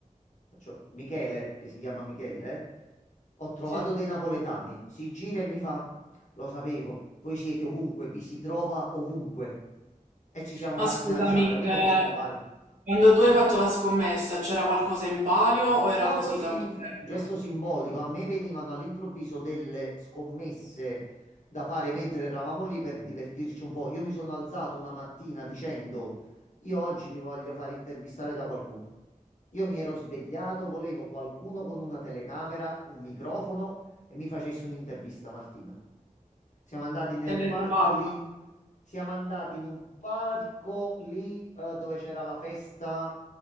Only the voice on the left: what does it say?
Faccio Michele, che si chiama Michele, ho trovato
dei napoletani. Si gira e mi fa: Lo sapevo, voi siete ovunque, vi si trova ovunque. E ci siamo
fatti
una risata. Quindi
ho detto: Vai,
No,
così,
un
gesto simbolico. A me venivano all'improvviso delle scommesse da fare mentre
eravamo lì per divertirci un po'. Io mi sono alzato una mattina dicendo, io oggi mi voglio fare intervistare da qualcuno. Io mi ero svegliato, volevo qualcuno con una telecamera, un microfono e mi facesse un'intervista, Martina. Siamo andati nel
parco
lì. Siamo andati in un parco lì eh, dove c'era la festa.